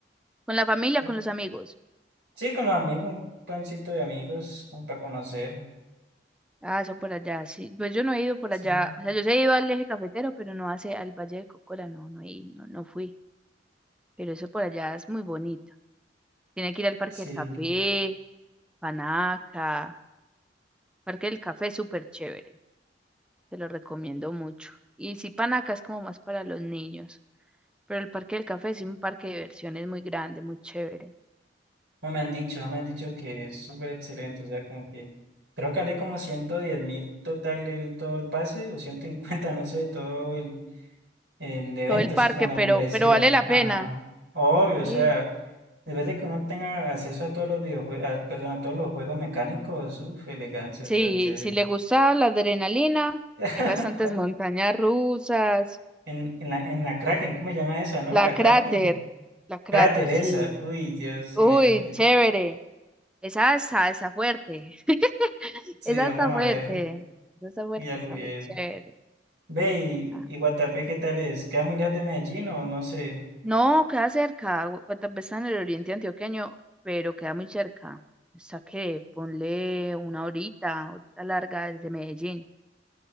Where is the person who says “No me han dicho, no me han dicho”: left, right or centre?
Right